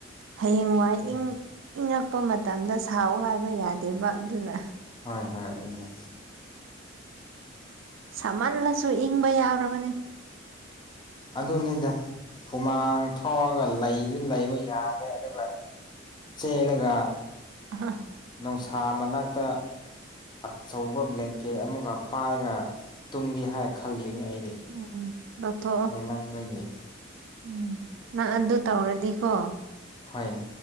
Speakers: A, on the right (about 80°); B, on the left (about 25°).
A: ꯍꯌꯦꯡ ꯋꯥꯏ
B: ꯎꯝ
A: ꯏꯪ ꯏꯪꯉꯛꯄ ꯃꯇꯝꯗ ꯁꯥꯎ ꯍꯥꯏꯕ ꯌꯥꯗꯦꯕ ꯑꯗꯨꯅ
B: ꯍꯣꯏ ꯍꯣꯏ ꯑꯗꯨꯅ
A: ꯁꯥꯃꯜꯂꯁꯨ ꯏꯪꯕ ꯌꯥꯎꯔꯕꯅꯦ
B: ꯑꯗꯨꯅꯤꯗ ꯍꯨꯃꯥꯡ ꯊꯣꯛꯑꯒ ꯂꯩꯗꯨ ꯂꯩꯕ ꯌꯥꯗꯦ ꯑꯗꯨꯒ ꯆꯦꯂꯒ
A: ꯍ
B: ꯅꯨꯡꯁꯥ ꯃꯅꯥꯛꯇ ꯑꯆꯧꯕ ꯕ꯭ꯂꯦꯡꯀꯦꯠ ꯑꯃꯒ ꯄꯥꯏꯔꯒ ꯇꯨꯡꯂꯤ ꯍꯥꯏꯔ ꯈꯜꯂꯤꯒꯅꯤ ꯑꯩꯗꯤ
A: ꯎꯝ ꯎꯝ ꯂꯧꯊꯣꯛꯑꯣ
B: ꯂꯩꯃꯟꯕꯒꯤ
A: ꯎꯝ ꯅꯪ ꯑꯗꯨ ꯇꯧꯔꯗꯤꯀꯣ
B: ꯍꯣꯏ